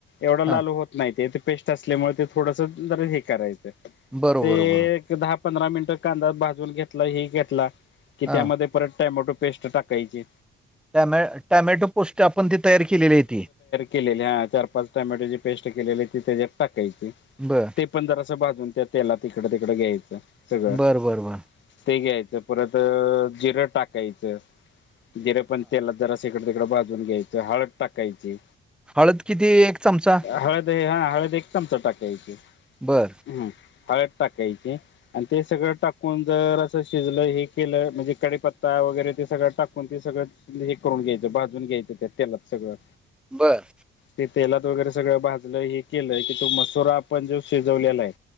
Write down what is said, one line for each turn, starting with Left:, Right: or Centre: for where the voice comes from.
Left: एवढं लाल
Centre: हां.
Left: होत नाही ते. त्यात पेस्ट असल्यामुळे ते थोडस जरा हे करायचं.
Centre: बरोबर,
Left: ते
Centre: बरोबर.
Left: दहा पंधरा मिनटं कांद्यात भाजून घेतला हे घेतला. कि
Centre: हां.
Left: त्यामध्ये परत टोमॅटो पेस्ट टाकायची.
Centre: टॅमॅ टॅमॅटो पोस्ट आपण ती तयार केलेली आहे ती.
Left: पिकलेल्या चार पाच टोमॅटो ची पेस्ट केलेली ती त्याच्यात टाकायची.
Centre: बरं.
Left: ती पण जरासा बाजून त्या तेलात इकडं तिकडं घ्यायचं. सगळं
Centre: बरं बरं बरं.
Left: ते घ्यायचं परत अ जिरं टाकायचं. जिरं पण तेलात जरास ईकड तिकड भाजून घ्यायचं. हळद टाकायची.
Centre: हळद किती? एक चमचा.
Left: हळद हे हा हळद एक चमचा टाकायची.
Centre: बरं.
Left: हम्म हळद टाकायची. आणि ते सगळं टाकून. जरासं शिजलं हे केलं. म्हणजे कडिपत्ता वगैरे ते सगळं टाकून ते सगळं हे करून घ्यायचं भाजून घ्यायचं त्या तेलात सगळं.
Centre: बरं.
Left: ते तेलात वगैरे सगळं भाजलं हे केलं. की तो मसुरा आपण जो शिजवलेला आहे.